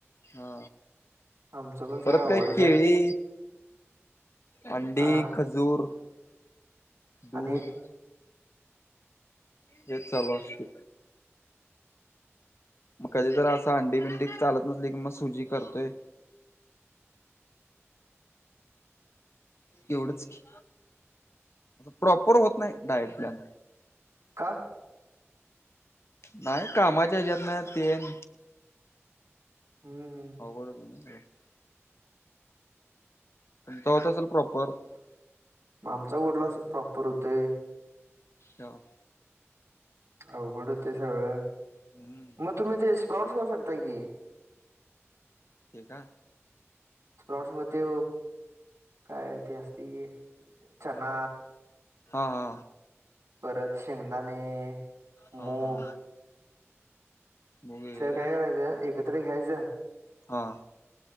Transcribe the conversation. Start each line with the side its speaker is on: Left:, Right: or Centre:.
Left: हा.
Right: आमचं पण सगळं
Left: परत
Right: आवडच
Left: काय केळी
Right: आहे
Left: अंडी.
Right: हा
Left: जूर दूध.
Right: आणि
Left: हे ल असतील. मग कधीतर असं अंडी बिंडी चालत नसली की मग सुजी करतोय. एवढच प्रॉपर होत नाही डायट प्लॅन.
Right: काहा.
Left: नाही कामाच्या ह्याच्यात नाही तेन.
Right: हम् हम.
Left: हो कठत. <unintelligible> चा होत असेल प्रॉपर.
Right: मग आमचा वडला प्रॉपर होतय.
Left: हो.
Right: अवघडं ते सगळं
Left: हम्म
Right: मग तुम्ही ते स्प्रॉट्स खाऊ शकताय की.
Left: ठी का.
Right: स्पलॉटस मध्ये काय ते असती. चना.
Left: हा हा.
Right: परत शेंगदाणे
Left: हा
Right: मूग.
Left: हा मूवी वगैरे
Right: सगळ काय करायचं एकत्र घ्यायचं.
Left: हां.